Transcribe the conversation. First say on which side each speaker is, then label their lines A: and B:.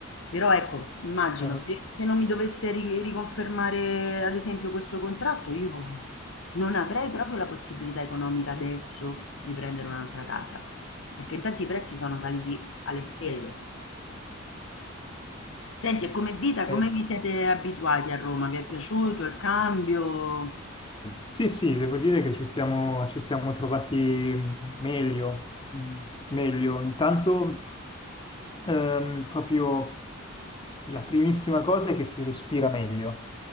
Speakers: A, on the left; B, on the left.
A: Però ecco, immagino
B: Ah,
A: se se non mi dovesse ri riconfermare ad esempio questo contratto io non avrei proprio la possibilità economica adesso di prendere un'altra casa, perché intanto i prezzi sono saliti alle stelle. Senti, e come vita,
B: pazzesco.
A: come vi siete abituati a Roma? Vi è piaciuto il cambio?
B: Sì, sì, devo dire che ci siamo, ci siamo trovati meglio, mm, meglio. Intanto, ehm, proprio la primissima cosa è che si respira meglio,